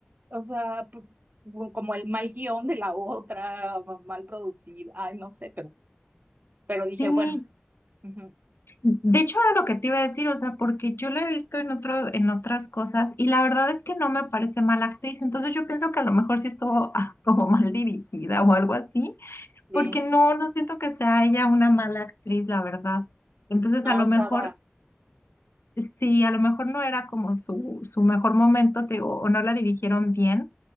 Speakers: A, on the right; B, on the left.
A: o sea, p- como el mal guión de la otra, mal producido. Ay, no sé, pero, pero dije,
B: Sí,
A: bueno, ujú,
B: de hecho era lo que te iba a decir, o sea, porque yo la he visto en otro, en otras cosas y la verdad es que no me parece mala actriz, entonces yo pienso que a lo mejor sí estuvo <laughs> ah, como mal dirigida o algo así,
A: sí.
B: porque no, no siento que sea ella una mala actriz, la verdad. Entonces
A: no
B: a lo
A: estaba,
B: mejor Sí, a lo mejor no era como su, su mejor momento, te digo, o no la dirigieron bien,